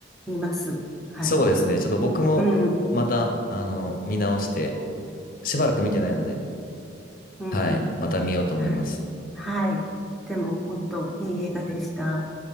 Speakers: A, in the centre; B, on the left (about 50°).
A: 見ます。はい。
B: そうですね。ちょっと僕もまた、
A: うん、
B: あの、見直して、しばらく見てないので、
A: うん、
B: はい、また見ようと思います。
A: はい。はい。でも、本当いい映画でした。